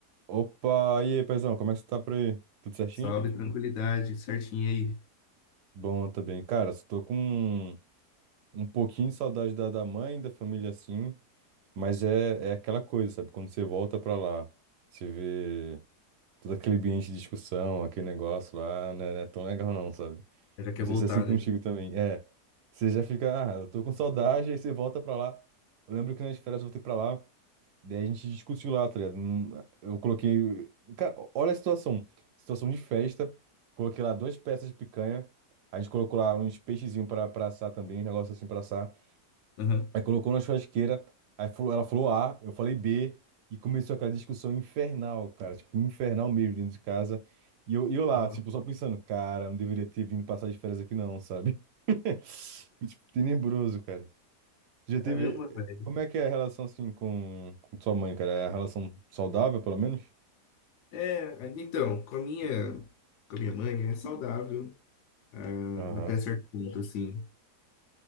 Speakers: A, on the right; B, on the left.
A: Opa, e aí, paizão, como é que você tá por aí? Tudo certinho?
B: Salve, tranquilidade, certinho aí.
A: Bom também. Cara, só tô com um pouquinho de saudade da, da mãe, da família assim, mas é, é aquela coisa, sabe? Quando você volta pra lá, você vê todo aquele ambiente de discussão, aquele negócio lá, né? Não é tão legal não, sabe?
B: Já quer
A: Não
B: voltar,
A: sei se é assim contigo
B: né?
A: também. É, você já fica, ah, eu tô com saudade, aí você volta pra lá. Eu lembro que nas férias eu voltei pra lá. Daí a gente discutiu lá, tá ligado? Não- Eu coloquei. Cara, olha a situação. Situação de festa. Coloquei lá duas peças de picanha. A gente colocou lá uns peixezinhos pra, pra assar também, um negócio assim pra assar.
B: Aham.
A: Aí colocou na churrasqueira. Aí falou- ela falou A, eu falei B. E começou aquela discussão infernal, cara. Tipo, infernal mesmo dentro de casa. E eu, e eu lá,
B: Ó,
A: tipo, só pensando, cara, não deveria ter vindo passar de férias aqui não, sabe? <laughs> Foi, Tipo, tenebroso, cara. Já
B: Caramba,
A: teve.
B: velho.
A: Como é que é a relação assim com, com sua mãe, cara? É a relação saudável, pelo menos?
B: É, então, com a minha, com a minha mãe é saudável, ah,
A: Aham,
B: até certo ponto, assim.